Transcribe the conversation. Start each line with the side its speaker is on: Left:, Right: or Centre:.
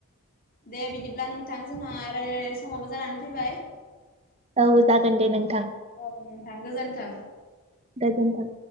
Left: दे बिदिब्ला नों थां जोंहा रायलाय रायलाय समाबो जानानै फैबाय।
Right: औ जागोन दे नोंथां
Left: औ नोंथां गोजोन्थों।
Right: गोजोनथों।